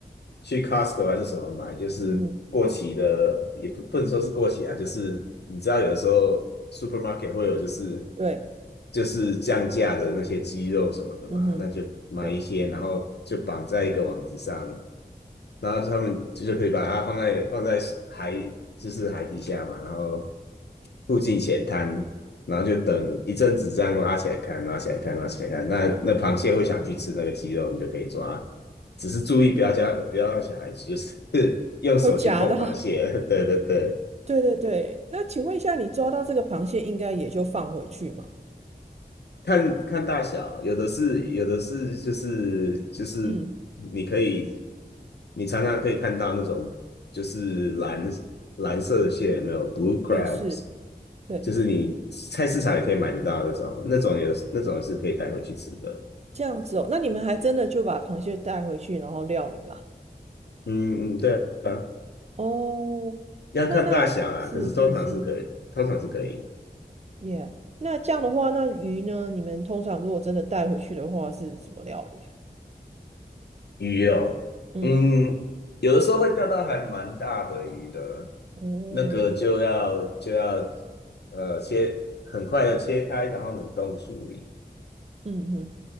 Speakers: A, on the left; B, on the right.
A: 去 Costco 还是什么买，就是过期的，
B: 嗯哼，
A: 也不不能说是过期啊，就是你知道有的时候 supermarket 会有就是
B: 对，
A: 就是降价的那些鸡肉什么的嘛，
B: 嗯哼。
A: 那就买一些，
B: 对，
A: 然后就绑在一个网址上，然后他们就是可以把它放在放在海，就是海底下嘛，然后附近浅滩，然后就等一阵子这样拉起来看，拉起来看，拉起来看。那那螃蟹会想去吃那个鸡肉，你就可以抓，只是注意不要叫不要让小孩子就是 <laughs> 用手去碰螃蟹。
B: 会夹到。<laughs>
A: <laughs> 对对对，
B: 对对对，那请问一下，你抓到这个螃蟹，应该也就放回去嘛？
A: 看看大小，有的是有的是就是就是你可以
B: 嗯，
A: 你常常可以看到那种就是蓝蓝色的蟹，有没有 blue crabs。
B: 也是，对，
A: 就是你菜市场也可以买得到那种，那种有那种是可以带回去吃的。
B: 这样子哦。那你们还真的就把螃蟹带回去，然后料理啦。
A: 嗯嗯，对啊，
B: 哦，
A: 要看大小啦，
B: 那那是是是
A: 可是通常是可以，通常是可以。
B: 耶。那这样的话，那鱼呢？你们通常如果真的带回去的话，是怎么料理啊？
A: 鱼哦，
B: 嗯，
A: 嗯，有的时候会钓到还蛮大的鱼的，
B: 哦，
A: 那个就要就要呃切，很快的切开，然后冷冻处理。
B: 嗯哼，